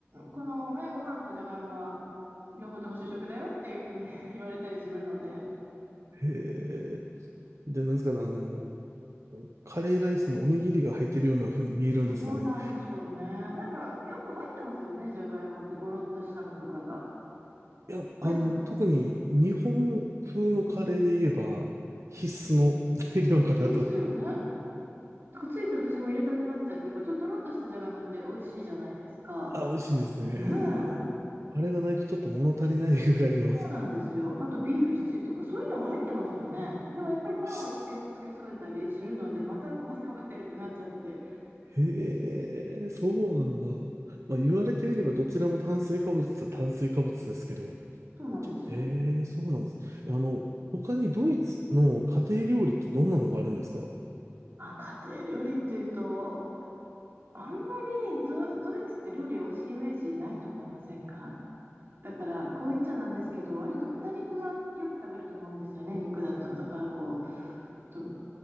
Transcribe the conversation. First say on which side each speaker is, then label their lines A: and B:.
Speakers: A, on the right; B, on the right.
A: このね、ご飯とじゃがいもは両方とも主食だよっていうふうに <laughs> 言われたりするので。
B: へえ。で、なんですかね、あの、カレーライスにおにぎりが入ってるような風に見えるんですかね。
A: そうなんでしょうね。なんか、よく入ってますよね、じゃがいもって、ゴロッとしたのとかが。
B: いや、あの、
A: 入ってますよね。
B: 特に日本風のカレーで言えば、必須の材料かなと。
A: ですよね。だからついつい私も入れたくなっちゃって、こう、ちょっととろっとしたじゃがいもって美味しいじゃないですか。
B: あ、美味しいですね。
A: ねえ。
B: あれがないとちょっと物足りないぐらいの
A: そうなんですよ。あと、ビーフシチューとか、そういうのも入ってますよね。でも、やっぱりパンをつけ、
B: し
A: つけ添えたりするので、またここでかぶってるってなっちゃって。
B: へえ、そうなんだ。まあ、言われてみればどちらも炭水化物っちゃ炭水化物ですけど。
A: そうなんですよ。
B: へえ、そうなんです。あの、他にドイツの家庭料理ってどんなのがあるんですか
A: まあ、家庭料理っていうと、あんまりド、ドイツって料理美味しいイメージないと思いませんかだから、こう言っちゃなんですけど、割と豚肉がよく食べると思うんですよね、肉だと。だからこう、その